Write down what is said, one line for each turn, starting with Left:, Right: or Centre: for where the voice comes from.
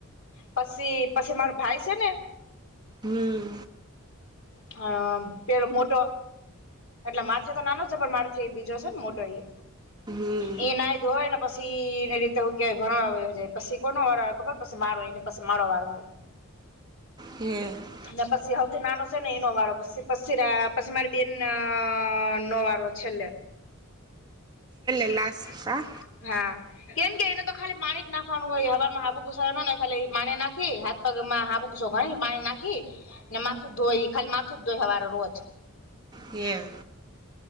Left: પછી. પછી મારો ભાઈ છે ને,
Right: હમ
Left: અ, પેલો મોટો. એટલે મારથી તો નાનો છે. પણ મારથી બીજો છે ને, મોટો ઈ.
Right: હમ.
Left: એઈ ના ધોય ને પસી, એની રીતે હું કેય, ભણવા બેસી જાય. પછી કોનો વાર ખબર! પછી મારો ઈના. પછી મારે વળવાનું.
Right: હમ.
Left: ને પછી, હવથી નાનો છે ને, એનો વાળો પછી. પછી પછી મારી બેન ના. નો વારો છેલ્લે. છેલ્લે
Right: લાસ્ટ હા
Left: હા. કેમ કે, ઈને તો ખાલી પાણી જ નાખવાનું હોય. હવારમાં હાબુ ઘસવાનો ને ખાલી ઈ પાણી નાખી, હાથ પગમાં હાબુ ઘસી, પાણી નાખી, ને માથું જ ધોઈ. ઈ ખાલી માથું જ ધોઈ હવારે રોજ.
Right: હમ.